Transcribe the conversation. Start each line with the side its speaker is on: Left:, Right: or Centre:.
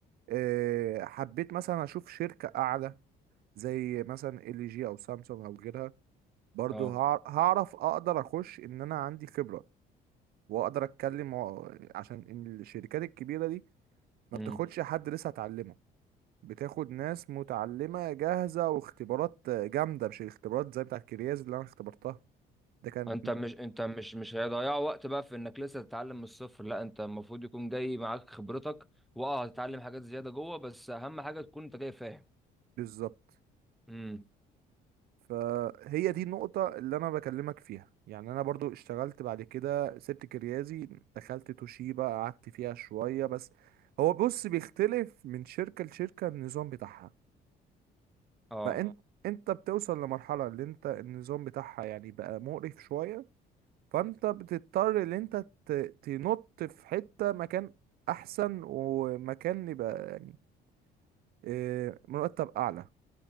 Right: آه، حبيت مثلا اشوف شركه اعلى زي مثلا ال جي او سامسونج او غيرها برضو
Centre: اه
Right: هع- هعرف اقدر اخش ان انا عندي خبرة واقدر اتكلم و- عشان إن الشركات الكبيرة دي ما
Centre: امم
Right: بتاخدش حد لسه اتعلمه بتاخد ناس متعلمة جاهزة واختبارات جامدة مش الاختبارات زي بتاعت كرياز اللي انا اختبرتها ده كانت
Centre: انت مش انت مش مش هيضيع وقت بقى في انك لسه تتعلم من الصفر لا انت المفروض يكون جاي معاك خبرتك واه هتتعلم حاجات زيادة جوه بس اهم حاجة تكون انت جاي فاهم
Right: بالظبط
Centre: امم
Right: فهي دي النقطة اللي أنا بكلمك فيها يعني أنا برضو اشتغلت بعد كده سبت كريازي دخلت توشيبا قعدت فيها شوية بس هو بص بيختلف من شركة لشركة النظام بتاعها
Centre: اه
Right: فأنت اه أنت بتوصل لمرحلة اللي أنت النظام بتاعها يعني بقى مقرف شوية فأنت بتضطر اللي أنت ت- تنط في حتة مكان أحسن ومكان يبقى يعني آه، مرتب أعلى